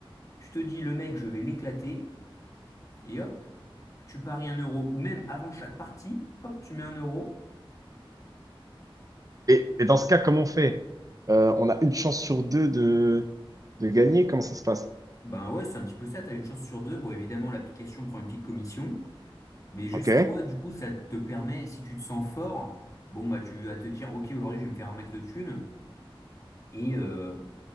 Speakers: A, on the left; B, on the right.
A: tu te dis le mec, je vais l'éclater, et hop, tu paries un euro. Ou même avant chaque partie, hop, tu mets un euro.
B: Et, et dans ce cas, comment on fait? Euh, on a une chance sur deux de, de gagner. Comment ça se passe?
A: Ben ouais, c'est un petit peu ça, t'as une chance sur deux. Bon, évidemment, l'application prend une petite commission, mais juste
B: Ok.
A: toi, du coup, ça te permet, si tu te sens fort, bon, bah tu vas te dire, ok, aujourd'hui, je vais me faire un max de thunes. Et euh,